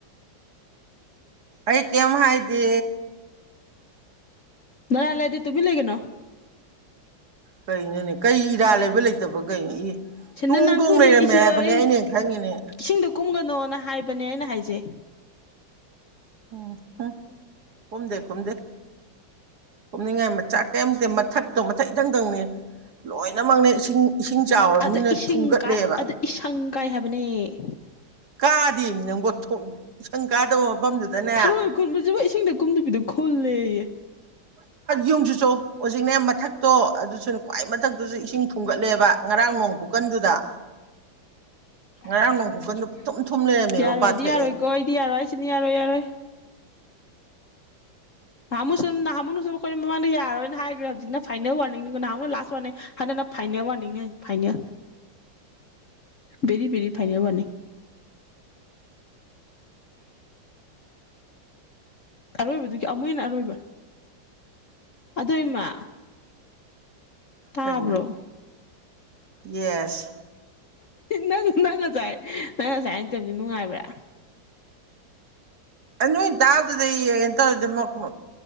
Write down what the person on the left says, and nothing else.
ꯉ ꯂꯩꯗꯤ ꯇꯨꯃꯤ ꯂꯩꯒꯅꯣ
ꯁꯤꯅ
ꯅꯥꯟꯊꯣꯏꯅꯤ
ꯑꯩꯁꯦ
ꯑꯩ
ꯏꯁꯤꯡꯗ ꯀꯨꯝꯒꯅꯣꯅ ꯍꯥꯏꯕꯅꯦ ꯑꯩꯅ ꯍꯥꯏꯖꯩ
ꯑꯗ ꯏꯁꯤꯡ
ꯀꯥꯏ ꯑ ꯏꯪ ꯀꯥꯏ ꯍꯥꯏꯕꯅꯤ <inaudible>
ꯊꯔꯣꯏ ꯈꯨꯟꯕꯁꯤꯕꯨ ꯏꯁꯤꯡꯗ ꯀꯨꯝꯗꯕꯤꯗ ꯈꯨꯜꯂꯦꯌꯦ
ꯌꯥꯔꯣꯏ
ꯍꯥꯏꯕ
ꯅꯠꯇ꯭ꯔꯣ
ꯌꯥꯔꯣꯏꯗꯤ
ꯌꯥꯔꯣꯏꯀꯣ ꯑꯩꯗꯤ ꯌꯥꯔꯣꯏ ꯑꯩꯁꯤꯅ ꯌꯥꯔꯣꯏ ꯌꯥꯔꯣꯏ ꯅꯍꯥꯃꯨꯁꯨ ꯅꯍꯥꯃꯣꯅꯁꯨ ꯑꯩꯈꯣꯏꯅ ꯃꯃꯥꯡꯗ ꯌꯥꯔꯣꯏꯅ ꯍꯥꯏꯈ꯭ꯔꯦ ꯍꯧꯖꯤꯛꯅ ꯐꯥꯏꯅꯦꯜ ꯋꯥꯔꯅꯤꯡꯅꯤꯀꯣ ꯅꯍꯥꯅ ꯂꯥꯁ ꯋꯥꯔꯅꯦ ꯍꯟꯗꯛꯅ ꯐꯥꯏꯅꯦꯜ ꯋꯥꯔꯅꯤꯡꯅꯤ ꯍꯧꯖꯤꯛ final very very final warning ꯑꯔꯣꯏꯕꯗꯨꯒꯤ ꯑꯃꯨꯛ ꯍꯦꯟꯅ ꯑꯔꯣꯏꯕ ꯑꯗꯨꯏꯃ ꯇꯥꯕ꯭ꯔꯣ
ꯅꯪ ꯅꯪ ꯉꯁꯥꯏ ꯅꯪ ꯉꯁꯥꯏ ꯏꯟꯇꯕꯤꯌꯨ ꯅꯨꯡꯉꯥꯏꯕ꯭ꯔꯥ